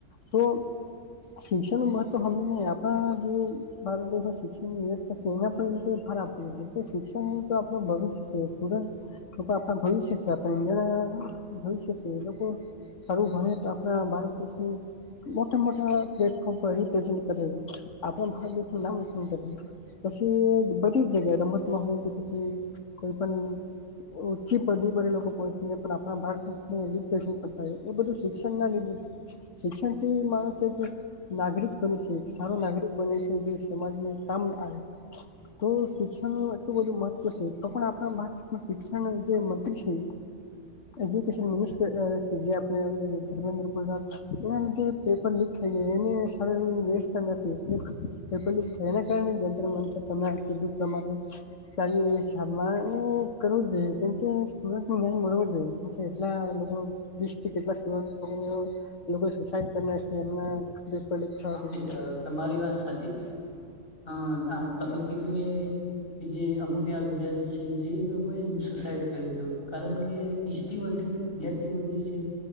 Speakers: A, on the left; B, on the left.
A: તો શિક્ષણ ના મત તો સમજી ન આપણા જે ભારત દેશમાં શિક્ષણની વ્યવસ્થા છે એના પણ એ લોકોએ ભાર આપતો છે એમ કે શિક્ષણ આપ નું ભવિષ્ય સ્ટુડન્ટ આપ ભવિષ્ય આપ જણા ભવિષ્ય એ લોકો સારું ભણે તો આપણા ભારત દેશનું મોટા મોટા પ્લાટફર્મ રિપ્રેઝેન્ટ કર આપ ભારત દેશનું નામ રોશન કરી પછી બધી જ જગ્યાએ રમતમાં હોય કે પછી કોઈ પણ ઓછી પદવી પર એ લોકો પહોંચીને પણ આપ ભારત દેશને રિપેરિઝટ કરતા હોય એ બધું શિક્ષણ ના લીધે શિક્ષણ થી માણસ કે નાગરિક બને છે સારો નાગરિક બને છે જે સમાજને કામ આવે તો શિક્ષણ નું એટલું બધું મહત્વ છે તો પણ આપણા ભારત દેશમાં શિક્ષણ જે મંત્રી છે
B: <inaudible>
A: એજુકેશન મિનીસટર આપ ધર્મેન્દ્ર પ્રસાદ એના લીધે પેપર લીક થઈ જાય એને સાર એવ વ્યસ્તા નથી એ પેપર થને કારણે જંત્રર મંત્રર તમે કીધું પ્રમાણે ચાલી રહી સારમાંને કરવો જ જોઈએ કેમકે સ્ટુડન્ટને ન્યાય મળવો જોઈએ કેટલા લોકો વીસથી કેટલા સ્ટુડટ લોકો એ લોકો સુસાઈડ કર ના
B: હા
A: એમ
B: મિત્ર તમારી વાત સાચી જ હા તમે કીધું એ કે જે અમુક એવા વિદ્યાર્થી છે જે એ લોકો એ સુસાઈડ કરી લીધું કારણ કે ત્રીસ થી વધુ વિદ્યાર્થીઓ જે છે